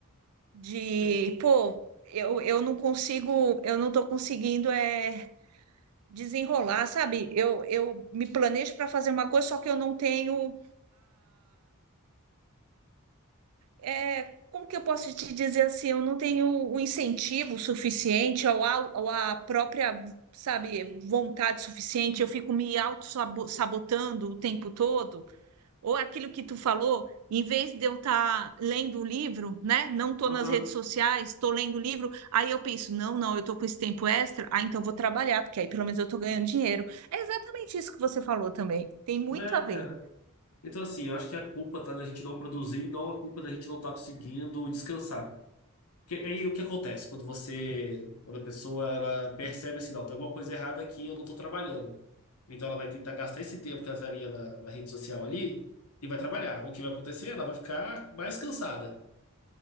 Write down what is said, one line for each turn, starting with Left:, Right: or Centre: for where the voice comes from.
Right: de,
Left: É.
Right: pô, eu, eu não consigo, eu não tô conseguindo é, desenrolar, sabe? Eu, eu me planejo para fazer uma coisa, só que eu não tenho é, como que eu posso te dizer assim? Eu não tenho o incentivo suficiente ou a, ou a própria, sabe, vontade suficiente. Eu fico me auto-sabotando o tempo todo. Ou aquilo que tu falou, em vez de eu estar lendo o livro, né? Não estou
Left: Aham.
Right: nas redes sociais, estou lendo o livro. Aí eu penso, não, não, eu estou com esse tempo extra, ah, então eu vou trabalhar, porque aí pelo menos eu estou ganhando dinheiro. É exatamente isso que você falou também. Tem muito
Left: Né,
Right: a ver.
Left: cara? Então, assim, eu acho que a culpa tá da gente não produzir, não a culpa da gente não estar conseguindo descansar. Que- Aí o que acontece quando você, quando a pessoa ela percebe assim, não, tem alguma coisa errada aqui, eu não estou trabalhando. Então ela vai tentar gastar esse tempo que ela estaria na, na rede social ali e vai trabalhar. O que vai acontecer? Ela vai ficar mais cansada.